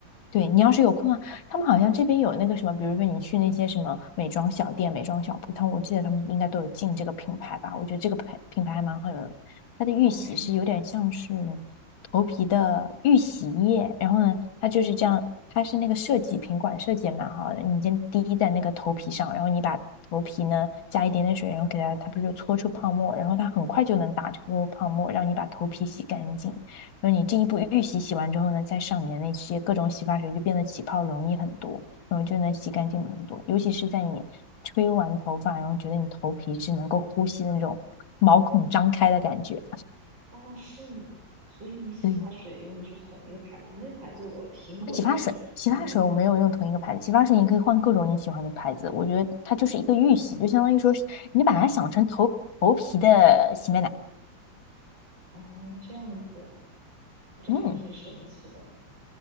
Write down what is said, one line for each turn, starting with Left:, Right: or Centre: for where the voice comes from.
Left: 对你要是有空啊，
Right: 哦。
Left: 他们好像这边有那个什么，比如说你去那些什么美妆小店、美妆小铺，他们我记得他们应该都有进这个品牌吧？我觉得这个牌品牌还蛮好用的，它的预洗是有点像是
Right: 哦，是吗？
Left: 头皮的预洗液，然后呢，它就是这样，它是那个设计瓶管设计也蛮好的，你先滴在那个头皮上，然后你把头皮呢加一点点水，然后给它，它不是就搓出泡沫，然后它很快就能打出泡沫，让你把头皮洗干净。就是你这一步预洗洗完之后呢，再上你的那些各种洗发水，就变得起泡容易很多，然后就能洗干净很多。尤其是在你吹完头发，然后觉得你头皮是能够呼吸的那种毛孔张开的感觉。
Right: 哦，是吗？所以你洗发水用的是同一个牌子，
Left: 对，
Right: 那个牌子我听过，
Left: 洗发水，
Right: 但是还没有用过。
Left: 洗发水我没有用同一个牌子，洗发水你可以换各种你喜欢的牌子。我觉得它就是一个预洗，就相当于说你把它想成头头皮的洗面奶。
Right: 哦，这样子，这还挺神奇的。
Left: 嗯，